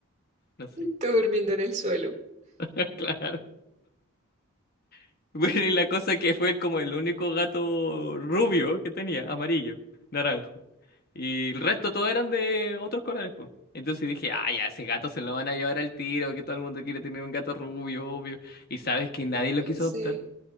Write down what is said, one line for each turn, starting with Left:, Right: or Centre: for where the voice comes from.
Left: No
Right: <laughs>
Left: sé,
Right: Tú durmiendo en el suelo.
Left: <laughs> claro. <laughs> Bueno, y la cosa que fue como el único gato rubio que tenía, amarillo, naranjo. Y el resto todos eran de otros colores, pues. Entonces dije, ah, ya, ese gato se lo van a llevar al tiro, que todo el mundo quiere tener un gato rubio, obvio. Y sabes que nadie lo
Right: Sí.
Left: quiso adoptar,